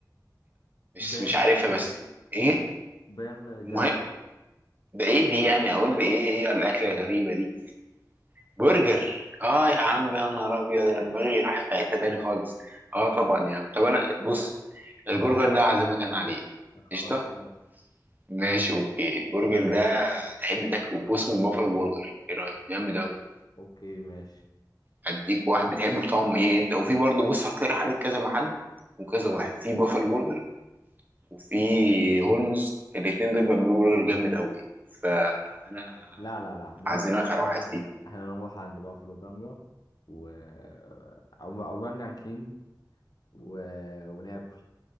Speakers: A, on the right (about 25°); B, on the left (about 65°).
A: مش
B: بان
A: مش عارفها بس إيه؟
B: بانجان
A: المهم ده إيه دي يعني أقول لي إيه إيه الأكلة الغريبة دي؟ برجر اه يا عم يا نهار ابيض أنا دماغي راحت في حته تاني خالص اه طبعا يا عم طب انا بص البرجر ده عازمك انا عليه
B: خلاص
A: قشطه
B: ماشي
A: ماشي اوكي البرجر ده تحب تاكله بص من بافلو برجر ايه رايك جامد قوي
B: اوكي ماشي
A: اديك واحد بتحبه بطعمه ايه انت وفي برضه بص هقترح عليك كذا محل وكذا واحد في بافلو برجر وفي هولمز الاتنين دول بيعملوا برجر جامد قوي فانا
B: لا لا لا احنا
A: عازمك
B: ممكن
A: على
B: احنا
A: واحد فيهم
B: احنا نروح عند بافلو بانجا و او او بانجان كينج و... وناكل